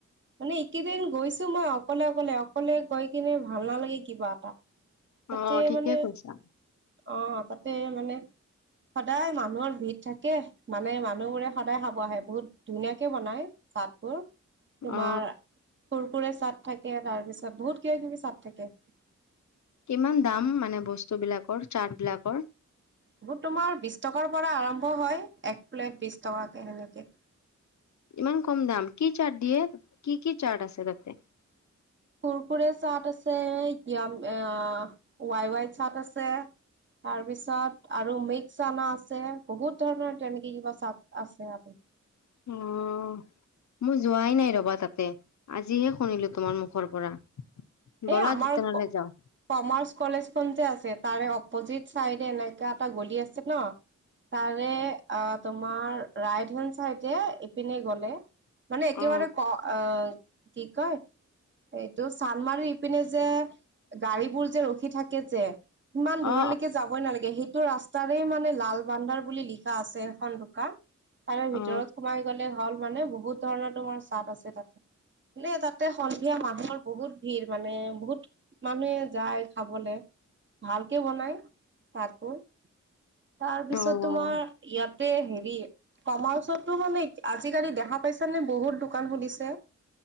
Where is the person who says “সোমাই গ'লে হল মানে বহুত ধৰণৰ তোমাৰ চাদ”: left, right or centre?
Right